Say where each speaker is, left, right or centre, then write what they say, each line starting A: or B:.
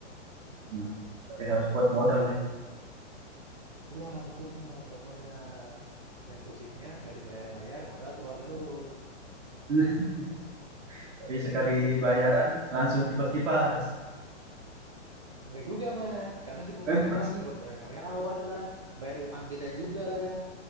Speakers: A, on the right; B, on the right.
A: Hmm, berarti harus kuat modal nih.
B: Iya, betul Mas, kuat modal. Yang pusingnya nggak dibayar-bayar, modal keluar terus.
A: <laughs> Tapi sekali
B: Itu yang pusingnya
A: bayaran
B: Mas.
A: langsung kipas-kipas.
B: Nggak juga Mas, karena diputerin
A: <laughs>
B: lagi buat bayar karyawan lah, bayar utang kita juga lah. ya.